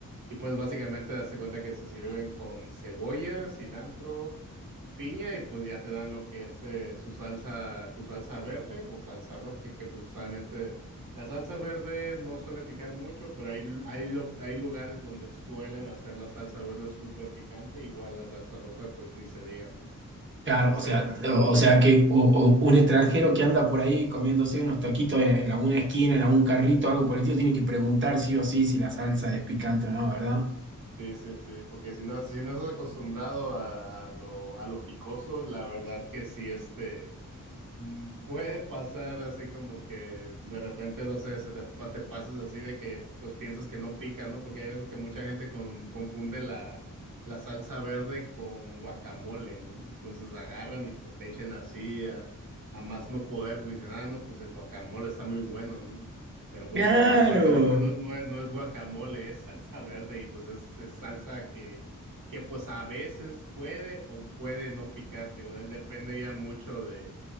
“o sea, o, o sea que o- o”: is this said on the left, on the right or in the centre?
Right